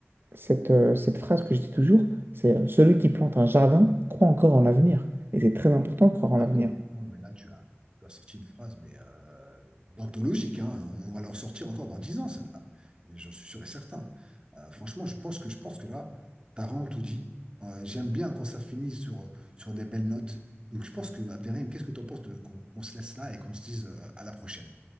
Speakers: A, on the right (about 55°); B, on the right (about 20°).
A: cette, euh, cette phrase que je dis toujours, c'est euh, celui qui plante un jardin croit encore en l'avenir. Et c'est très important de croire
B: Ah
A: en l'avenir.
B: oui, mais, ah, oui, mais là, tu as, tu as sorti une phrase, mais euh, d'anthologique, hein. On, va leur sortir encore dans 10 ans, celle-là. Mais je suis sûr et certain. Euh, franchement, je pense que, je pense que là, t'as vraiment tout dit. Euh, j'aime bien quand ça finit sur, sur des belles notes. Donc, je pense que, Abderrahim, qu'est-ce que tu en penses de, qu'on qu'on se laisse là et qu'on se dise euh, à la prochaine?